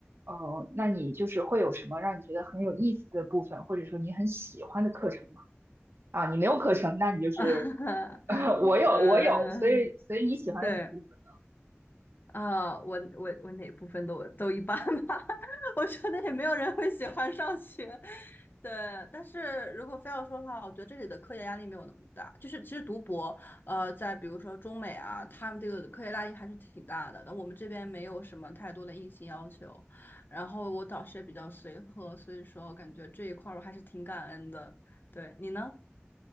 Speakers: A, on the right; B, on the left.
A: 呃，那你就是会有什么让你觉得很有意思的部分，或者说你很喜欢的课程吗？啊，你没有课程，那你就是，
B: <laughs>
A: <laughs> 我有我有，
B: 呃，
A: 所以所以你喜欢的哪部分？
B: 对。啊，我我我哪部分都都一般吧，<laughs> 我觉得也没有人会喜欢上学。对，但是如果非要说的话，我觉得这里的科研压力没有那么大。就是其实读博，呃，在比如说中美啊，他们这个科研压力还是挺大的。那我们这边没有什么太多的硬性要求，然后我导师也比较随和，所以说我感觉这一块儿我还是挺感恩的。对，你呢？